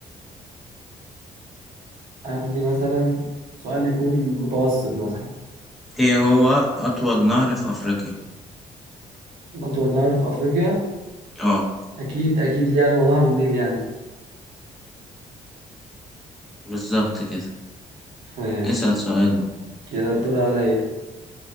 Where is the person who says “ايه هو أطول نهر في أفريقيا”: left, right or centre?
Centre